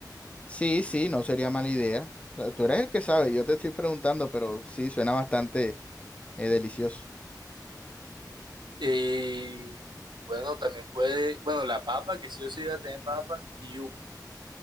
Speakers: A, on the left; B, on the right.
A: Sí, sí, no sería mala idea. O sea, Tú eres el que sabe, yo te estoy preguntando, pero sí, suena bastante eh, delicioso.
B: Y bueno, también puede, bueno, la papa, que sí o sí debe tener papa y yuca.